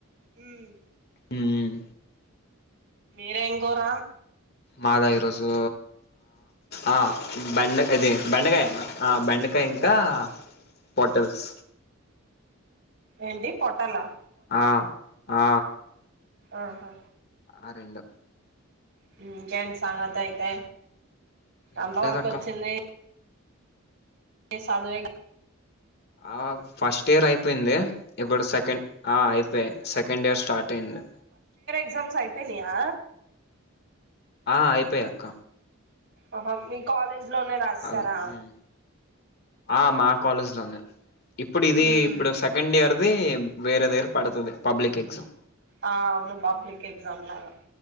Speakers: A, on the right; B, on the left.
A: హ్మ్
B: ఉమ్
A: మీరే ఏంకూర
B: మాదా ఈ రోజు ఆ బెండ ఇది బెండకాయ ఆ బెండ ఇంకా హోటల్స్
A: ఏంటి పొట్టాలా
B: ఆ ఆ
A: ఆహా
B: ఆ రెండు
A: హ ఇంకేంటి సంగతి అయితే
B: ఏట్లేదక్క
A: ఎంత వర్కు వచ్చింది ని సదువే గ
B: ఆ ఫస్ట్ ఇయర్ అయిపోయింది ఇప్పుడు సెకండ్ ఆ అయిపోయి సెకండ్ ఇయర్ స్టార్ట్ అయింది
A: ఎక్సామ్స్ అయిపోనియా
B: ఆ అయిపోయా అక్క
A: ఓహో మీ కాలేజ్ లోనే రస్సరా
B: అవి ఉమ్. ఆ మా కాలేజ్ లోనే ఇప్పుడు ఇది
A: హ్మ్
B: ఇప్పుడు సెకండ్ ఇయర్థి వేరే దేరా పడతది పబ్లిక్ ఎక్జమ్
A: ఆ అవును పబ్లిక్ ఎగ్జామ్ లాగా